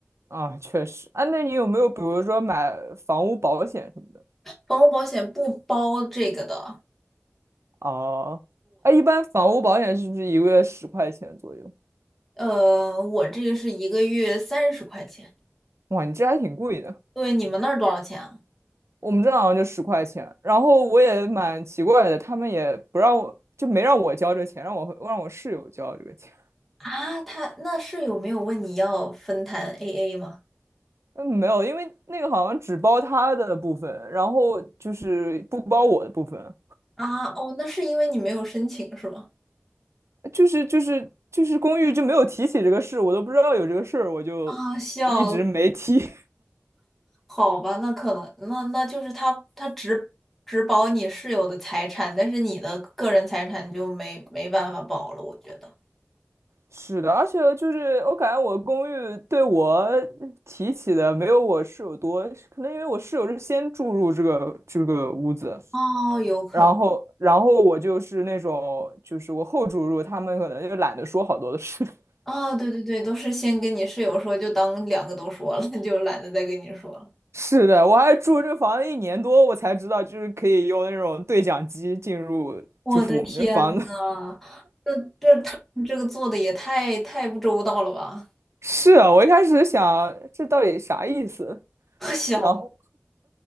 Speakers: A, on the right; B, in the centre.
A: 啊，确实啊。那你有没有比如说买房屋保险什么的？
B: 房屋保险不包这个的，
A: 哦，哎，一般房屋保险是不是一个月十块钱左右？
B: 呃，我这个是一个月三十块钱。
A: 哇，你这还挺贵的。
B: 对，你们那儿多少钱啊？
A: 我们这好像就十块钱，然后我也蛮奇怪的，他们也不让我，就没让我交这钱，让我让我室友交这个钱。
B: 啊，他那室友没有问你要分摊 AA 吗？
A: <laughs> 嗯，没有，因为那个好像只包他的部分，然后就是不包我的部分，
B: 啊，哦，那是因为你没有申请是吗？
A: 就是就是就是公寓就没有提起这个事，我都不知道有这个事儿，我就一直没提。
B: 啊，笑，好吧，那可能，那那就是他他只只保你室友的财产，但是你的个人财产就没没办法保了，我觉得。
A: 是的，而且就是我感觉我公寓对我提起的没有我室友多，可能因为我室友是先住入这个这个屋子，
B: 哦，有可能。
A: 然后然后我就是那种就是我后住入，他们可能就懒得说好多的事。<laughs>
B: 啊，对对对，都是先跟你室友说，就当两个都说了，<laughs> 就懒得再跟你说了。
A: 是的，我还住这房子一年多，我才知道就是可以用那种对讲机进入，
B: 我的天呐，
A: 就是我们这房子。<laughs>
B: 这这他们这个做的也太太不周到了吧？
A: 是啊，我一开始想这到底啥意思，
B: <laughs> 小
A: 然后